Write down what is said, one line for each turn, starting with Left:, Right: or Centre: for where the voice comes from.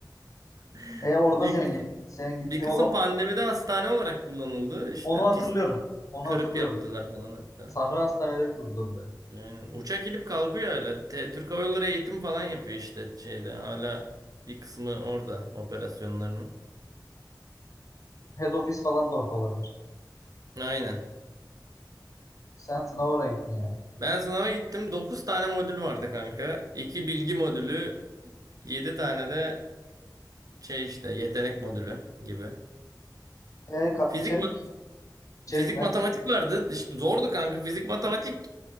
Right: <laughs>
Left: E orada
Right: Bir
Left: senin
Right: kısım
Left: git senin gitti
Right: bir kısım
Left: o zaman
Right: pandemide hastane olarak kullanıldı. İşte
Left: Onu hatırlıyorum.
Right: pisti
Left: Onu
Right: kırıp
Left: hatırlıyorum.
Right: yaptılar falan hatta.
Left: Sahra hastaneleri kurdular buraya.
Right: Aynen. Uçak inip kalkıyor hala. Te- Türk Hava Yolları eğitim falan yapıyor işte şeyde. Hala bir kısmı orada operasyonlarının.
Left: Head office falan da orada olabilir.
Right: Aynen.
Left: Sen sınava oraya gittin yani.
Right: Ben sınava gittim. 9 tane modül vardı kanka. 2 bilgi modülü, 7 tane de şey işte yetenek modülü gibi.
Left: E, ka-
Right: Fizik
Left: içerik?
Right: mat-
Left: İçerik
Right: fizik
Left: ne?
Right: matematik vardı. İşte zordu kanka fizik matematik.